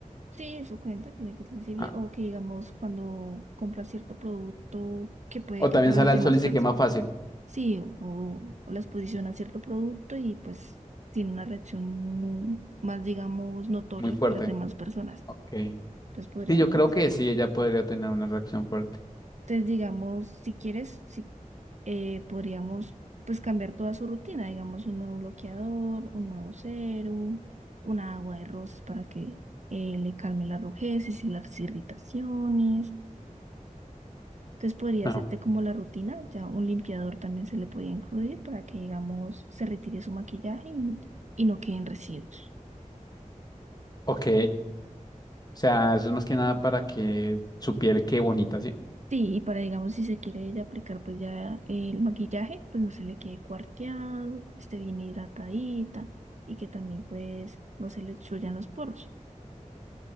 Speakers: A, on the right; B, on the left.
A: Sí, eso cuenta, tiene piel sensible.
B: Ah,
A: O que digamos cuando compra cierto producto que puede
B: o
A: que
B: también
A: para
B: sale
A: las demás
B: al sol y
A: personas.
B: se quema fácil,
A: Sí, o, o, o la exposición a cierto producto y pues tiene una reacción mu- más, digamos, notoria
B: muy fuerte.
A: que las demás personas.
B: Ok.
A: Entonces podríamos
B: Sí, yo creo
A: decir.
B: que sí, ella podría tener una reacción fuerte.
A: Entonces, digamos, si quieres, si, eh, podríamos pues cambiar toda su rutina, digamos, un nuevo bloqueador, un nuevo serum, una agua de rosas para que eh, le calme la rojeces y las irritaciones. Entonces podría
B: No,
A: hacerte como la rutina, ya un limpiador también se le podía incluir para que, digamos, se retire su maquillaje y, y no queden residuos.
B: ok. O sea, eso es más que nada para que su piel quede bonita, ¿sí?
A: Sí, y para, digamos, si se quiere ella aplicar, pues ya el maquillaje, pues no se le quede cuarteado, esté bien hidratadita y que también, pues, no se le obstruyan los poros.